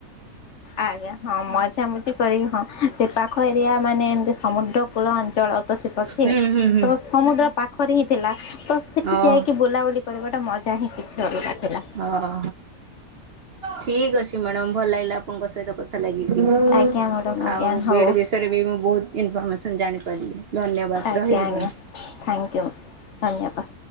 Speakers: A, on the left; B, on the right.
A: ଆଜ୍ଞା ହଁ ମଜାମଝି କରିକି ହଁ ସେ ପାଖ ଖରିଆ ମାନେ ଏମିତି ସମୁଦ୍ର କୂଳ ଜଳ ତୋ ସେ ପକ୍ଷେ
B: ହୁଁ ହୁଁ ହୁଁ
A: ତ ସମୁଦ୍ର ପାଖରେ ହିଁ ଥିଲା। ତ ସେଠି
B: ହଉ।
A: ଯାଇକି ବୁଲାବୁଲି କରିବାଟା ମଜା ହିଁ କିଛି ଅଲଗା ଥିଲା।
B: ହ ହ ଠିକ ଅଛି ମ୍ୟାଡ଼ାମ ଭଲ ଲାଗିଲା ଆପଣଙ୍କ ସହିତ କଥା ହେଇକି ହେଲାକି
A: ଆଜ୍ଞା ମ୍ୟାଡ଼ାମ
B: ଆଉ
A: ଆଜ୍ଞା ହଉ
B: ବେଡ୍ ବିଷୟରେ ବି ମୁଁ ବହୁତ ଏନଫୋର୍ସମେସନ ଜାଣି ପାରିଲି ଧନ୍ୟବାଦ
A: ଆଜ୍ଞା
B: ରହିଲି
A: ଆଜ୍ଞା
B: ମାଡାମ୍
A: ଥ୍ୟାଙ୍କୟୁ ଧନ୍ୟବାଦ।